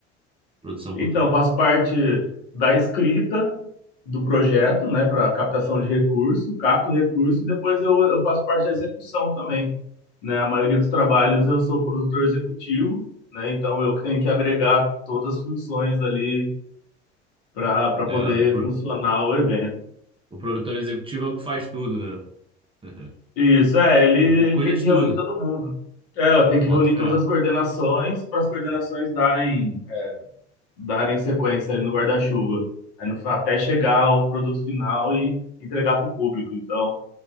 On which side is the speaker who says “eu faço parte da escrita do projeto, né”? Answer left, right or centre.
Left